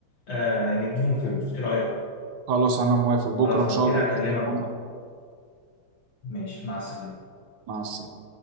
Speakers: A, on the left (about 75°); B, on the right (about 65°).
A: آه، نديهم فلوس ايه رايك
B: خلاص انا موافق بكره
A: خلاص
B: ان شاء
A: لو كده
B: الله
A: اكلمك
B: تلاقيني
A: بكره
B: عندك
A: ماشي مع السلامه
B: مع السلامه